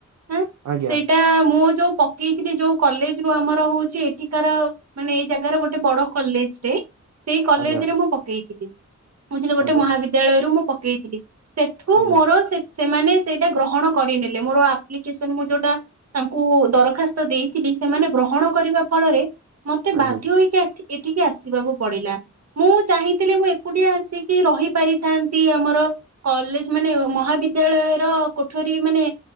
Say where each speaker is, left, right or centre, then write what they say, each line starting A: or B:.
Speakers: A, on the right; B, on the right.
A: ହଁ
B: ଆଜ୍ଞା
A: ସେଇଟା ମଁ ଯୋଉ ପ ପକେଇଥିଲେ ଯୋଉ କଲେଜ ରୁ ଆମର ହଉଛି ଏଠିକାର ମାନେ ଏଇ ଜାଗାର ଗୋଟେ ବଡ କଲେଜଟେ ସେଇ କଲେଜରେ
B: ଆଜ୍ଞା।
A: ମୁଁ ପକେଇଥିଲି ବୁଝିଲି ଗୋଟେ
B: ଆଜ୍ଞା
A: ମହାବିଦ୍ୟାଳୟରୁ ମୁଁ ପକେଇଥିଲି ସେଠୁ
B: ଆଜ୍ଞା
A: ମୋର ସେମାନେ ସେଇଟା ଗ୍ରହଣ କରିନେଲେ ମୋର ଆପ୍ଲିକେସନ ଯୋଉଟା ତାଙ୍କୁ ଦରଖାସ୍ତ ଦେଇଥିଲି ସେମାନେ ଗ୍ରହଣ କରିବା ଫଳରେ ମତେ
B: ଆଜ୍ଞା
A: ବାଧ୍ୟ ହୋଇକି ଆଠିକ ଏଠିକି ଆସିବାକୁ ପଡିଲା ମୁଁ ଚାହିଁଥିଲି ମୁଁ ଏକୁଟିଆ ଆସିକି ରହି ପାରିଥାନ୍ତି ଆମର କଲେଜ ମାନେ ମହାବିଦ୍ୟାଳୟର କୋଠରୀ ମାନେ